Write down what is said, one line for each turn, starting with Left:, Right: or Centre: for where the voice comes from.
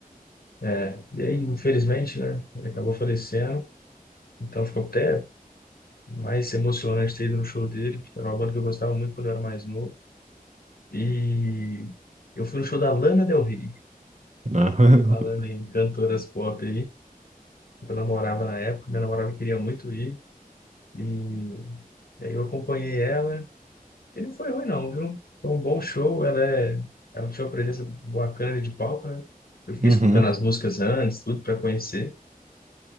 Left: é, e aí, infelizmente, né? Ele acabou falecendo. Então ficou até mais emocionante ter ido no show dele, porque era uma banda que eu gostava muito quando eu era mais novo. E eu fui no show da Lana Del Rey,
Right: Ah, <laughs>
Left: falando em cantoras pop eu namorava na época, minha namorada queria muito ir, e, e aí eu acompanhei ela, e não foi ruim não, viu? Foi um bom show, ela, é, ela tinha uma presença bacana de palco, né? Eu fiquei
Right: Uhum.
Left: escutando as músicas antes, tudo para conhecer,